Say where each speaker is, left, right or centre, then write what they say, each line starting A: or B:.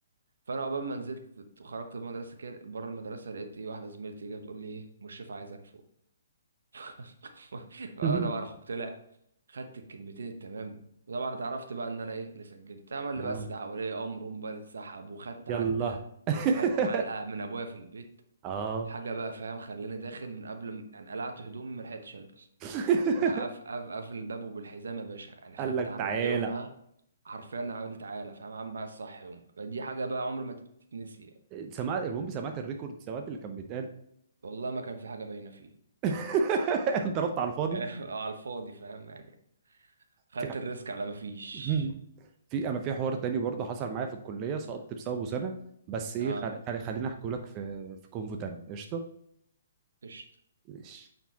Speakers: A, on the right (about 75°); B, on the right (about 30°).
A: فأنا عقبال ما نزلت وخرجت من المدرسة كده بره المدرسة لقيت إيه واحدة زميلتي جاية بتقول لي إيه مشرف عايزك فوق <laughs> أه
B: <laughs>
A: طبعا أخوك طلع خدت الكلمتين التمام وطبعا اتعرفت بقى إن أنا إيه اللي سجلت عمل
B: اه
A: لي بس ده ولي أمر وموبايل اتسحب وخدت
B: يلا
A: علقة
B: <laughs>
A: خدت علقة من أبويا في البيت
B: اه
A: حاجه بقى فاهم خلاني داخل من قبل ما يعني قلعت هدومي ما لحقتش البس
B: <laughs>
A: راح قف قف قفل الباب وبالحزام يا باشا يعني خدت
B: قال لك
A: علقه
B: تعالى
A: يومها حرفيا عملت عاله فاهم عامل معايا الصح يومها فدي حاجه بقى عمر ما تتنسي يعني.
B: سمعت المهم سمعت الريكورد سمعت اللي كان بيتقال
A: والله ما كان في حاجه باينه فيه
B: <laughs> ضربت على الفاضي
A: <laughs> على الفاضي فاهم يعني خدت
B: في
A: الريسك على ما فيش
B: <laughs> في انا في حوار تاني برضه حصل معايا في الكليه سقطت بسببه سنه بس ايه
A: اه
B: خل... خل- خليني احكي لك في في كونفو تاني قشطه
A: قشطة.
B: ماشي